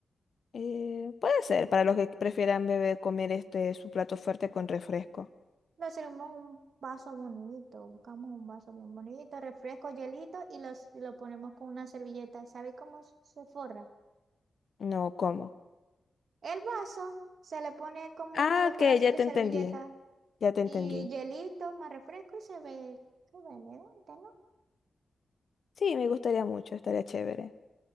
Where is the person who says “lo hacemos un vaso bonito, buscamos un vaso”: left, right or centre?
Right